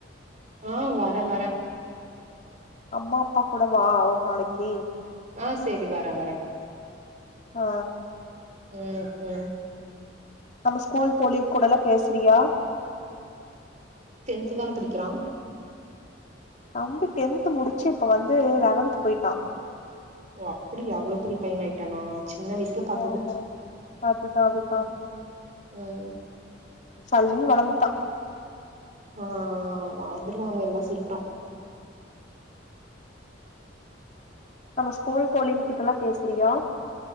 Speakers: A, on the right; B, on the left.
A: ஆ வர வர
B: அம்மா அப்பா கூட வா அவர் நாளைக்கி
A: ஆ செரி வர வர
B: ஆ
A: உம் உம்
B: நம்ம ஸ்கூல் தோழிங் கூடல பேசுறியா
A: த்து தான படிக்கிறா
B: தம்பி டென்த் முடிச்சி இப்ப வந்து லெவன்த் போயிட்டா
A: ஓ அப்டியா அவ்ளோ பெரிய பைனாயிடானா சின்ன வயசுல பாத்தது
B: ஆமா ஆமா அதுதா அதுதா
A: உம் உம்
B: சல்லுன்னு வளந்துட்டா
A: ஆ வளந்துருவாங்க எல்லா சீக்ரோ
B: நம்ம ஸ்கூல் தோழிங்கிட்டல்லா பேசுறியா